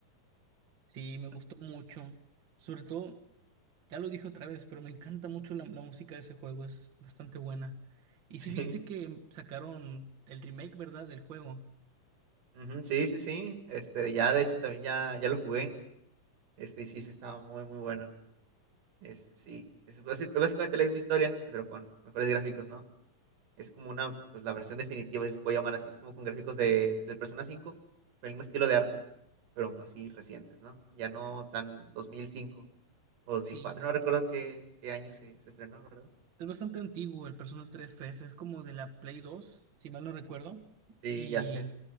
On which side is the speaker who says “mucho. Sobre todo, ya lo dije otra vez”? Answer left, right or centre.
Right